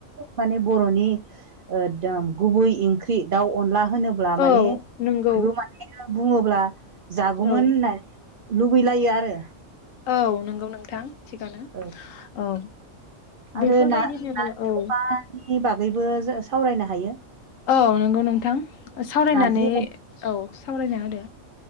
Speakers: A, on the right; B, on the left.
A: माने बर' नि एगदम गुबै ओंख्रि दाउ अनला होनोब्ला माने
B: औ नंगौ
A: दो माने बुंङोब्ला जागौमोन
B: औ
A: होननानै लुबैलायो आरो
B: औ नंगौ नोंथां थिगानो
A: औ
B: औ
A: आरो
B: बेफोरबायदिनो
A: ना ना खबानि
B: औ
A: बागैबो सावरायनो हायो।
B: औ नंगौ नोंथां सावरायनानै
A: नारजि
B: औ सावरायना होदो